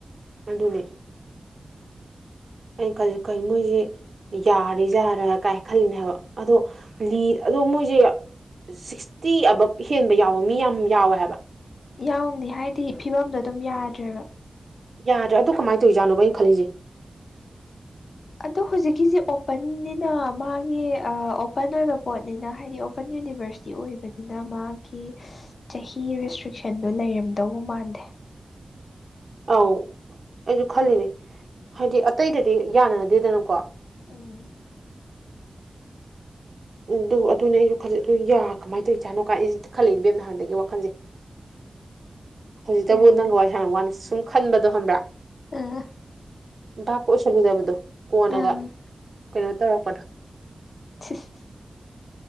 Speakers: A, on the right; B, on the left.
A: ꯑꯗꯨꯅꯦ ꯑꯩ ꯀꯩ ꯃꯣꯏꯁꯦ ꯌꯥꯔꯤ ꯌꯥꯔ ꯀꯥꯏ ꯈꯜꯂꯤꯅꯦ ꯍꯥꯏꯕ ꯑꯗꯣ ꯂꯤ ꯑꯗꯣ ꯃꯣꯏꯁꯦ ꯁꯤꯛꯁꯇꯤ ꯑꯕꯞ ꯍꯦꯟꯕ ꯌꯥꯎꯕ ꯃꯤ ꯌꯥꯝ ꯌꯥꯎꯋꯦ ꯍꯥꯏꯕ
B: ꯌꯥꯎꯅꯤ ꯍꯥꯏꯗꯤ ꯐꯤꯕꯝꯗꯣ ꯑꯗꯨꯝ ꯌꯥꯗ꯭ꯔꯦꯕ
A: ꯌꯥꯗ꯭ꯔꯦ ꯑꯗꯨꯣ ꯀꯃꯥꯏꯅ ꯇꯧꯔꯤꯖꯥꯅꯣ ꯑꯩꯅ ꯈꯜꯂꯤꯁꯦ
B: ꯑꯗꯣ ꯍꯧꯖꯤꯛꯀꯤꯁ ꯑꯣꯄꯟꯅꯤꯅ ꯃꯥꯒꯤ ꯑꯣꯄꯟ ꯑꯣꯏꯕ ꯄꯣꯠꯅꯤꯅ ꯍꯥꯏꯗꯤ ꯑꯣꯄꯟ ꯌꯨꯅꯤꯕꯔꯁ ꯁꯤꯗꯤ ꯑꯣꯏꯕꯅꯤꯅ ꯃꯥꯒꯤ ꯆꯍꯤ ꯔꯦꯁꯇ꯭ꯔꯤꯛꯁꯟꯗꯣ ꯂꯩꯔꯝꯗꯧꯕ ꯃꯥꯟꯗꯦ
A: ꯑꯧ ꯑꯩꯁꯨ ꯈꯜꯂꯤꯅꯦ ꯍꯥꯏꯗꯤ ꯑꯇꯩꯗꯗꯤ ꯌꯥꯅꯗꯦꯗꯅꯀꯣ
B: ꯎꯝ
A: ꯑꯗꯨ ꯑꯗꯨꯅꯦ ꯑꯩꯁꯨꯂ ꯑꯗꯨ ꯌꯥ ꯀꯃꯥꯏꯅ ꯇꯧꯔꯤꯖꯥꯅꯣ ꯀꯥꯏ ꯑꯩꯁꯦ ꯈꯜꯂꯛꯏ ꯏꯕꯦꯝ ꯅꯍꯥꯟꯗꯒꯤ ꯋꯥꯈꯟꯁꯦ ꯍꯧꯖꯤꯛꯇꯕꯨ
B: ꯎꯝ
A: ꯅꯪꯒ ꯋꯥꯔꯤ ꯁꯥꯟꯅꯕ ꯋꯥꯅꯤ ꯁꯨꯝ ꯈꯟꯕꯗꯣ ꯍꯕ꯭ꯔꯥ
B: ꯑꯝ
A: ꯚꯥꯞꯀ ꯑꯣꯏꯁꯜꯂꯨꯗꯕꯗꯣ ꯀꯣꯟꯅꯒ
B: ꯑ
A: ꯀꯩꯅꯣ ꯇꯧꯔꯛꯄꯗꯣ
B: <inaudible>